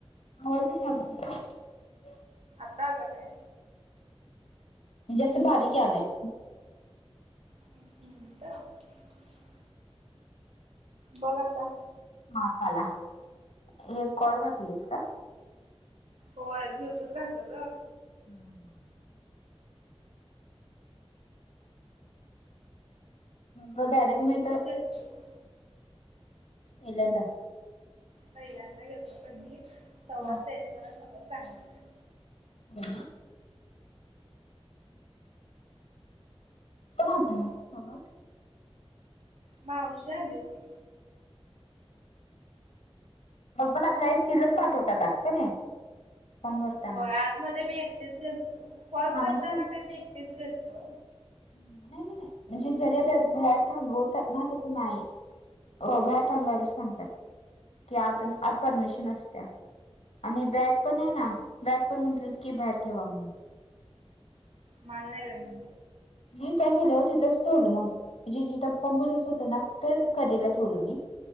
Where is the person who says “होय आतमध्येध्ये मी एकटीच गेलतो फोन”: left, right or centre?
Right